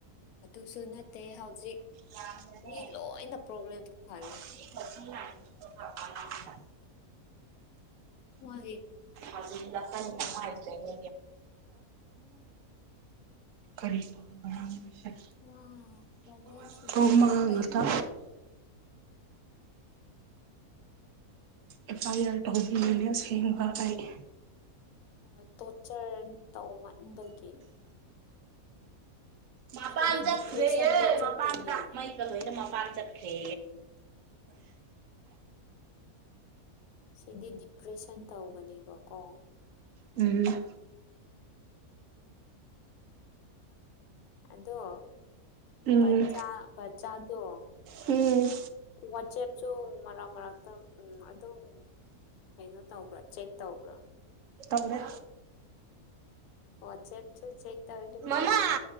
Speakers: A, on the left (about 80°); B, on the right (about 65°).
A: ꯑꯗꯨꯁꯨ ꯅꯠꯇꯦ ꯍꯧꯖꯤꯛ
B: ꯌꯥꯝꯅꯅꯦ
A: ꯃꯤ ꯂꯣꯏꯅ ꯄ꯭ꯔꯣꯕ꯭ꯂꯦꯝꯁꯨꯍꯜꯂꯦ
B: ꯁꯤ ꯀꯛꯆꯤꯡ ꯂꯥꯏꯟꯗ ꯄꯨꯔꯛꯄ ꯂꯝꯗ
A: ꯍꯣꯏ
B: ꯃꯥ ꯂ ꯍꯥꯏ ꯆꯦꯔ ꯑꯔꯤ ꯐ
A: ꯋꯥ
B: <inaudible>
A: ꯄ꯭ꯔꯣꯕ꯭ꯂꯦꯝꯁꯤꯗꯤ
B: ꯀꯣꯃꯥꯡꯅꯇ
A: ꯑꯗꯨꯝ ꯂꯩꯒꯗꯕ
B: ꯑꯦꯐ ꯑꯥꯏ ꯑꯥꯔ ꯇꯧꯕꯤꯔꯅꯦ ꯑꯁꯦꯡꯕ ꯑꯩ
A: ꯍ ꯇꯣꯔꯆꯔ ꯇꯧ ꯃꯠꯅꯤꯡꯕꯒꯤ
B: ꯃꯥ
A: ꯁꯤꯗꯤ
B: ꯄꯥꯟꯖ
A: ꯗꯤꯄ꯭ꯔꯦꯁꯟꯗ
B: ꯊꯦ
A: ꯆꯠꯀꯅꯤ
B: ꯃꯥ ꯄꯥꯟꯗ ꯃꯩꯀꯅ ꯃꯥ ꯄ ꯆꯠꯈꯦ
A: ꯁꯤꯗꯤ ꯗꯤꯄ꯭ꯔꯦꯁꯟ ꯇꯧꯕꯅꯦꯕꯀꯣ
B: ꯎꯝ <inaudible>
A: ꯑꯗꯣꯆꯥꯗꯣ
B: ꯎꯝ ꯎꯝ
A: ꯋꯥꯆꯦꯞꯁꯨ ꯃꯔꯛ ꯃꯔꯛꯇ ꯎꯝ ꯑꯗꯨ ꯀꯩꯅꯣ ꯇꯧꯕ꯭ꯔꯥ ꯆꯦꯛ ꯇꯧꯕ꯭ꯔꯥ
B: ꯇꯧꯗ
A: ꯑꯣ ꯆꯦꯞꯁꯨ ꯆꯩ ꯇꯧ ꯀꯃꯥꯏ
B: ꯃꯃꯥ
A: ꯇ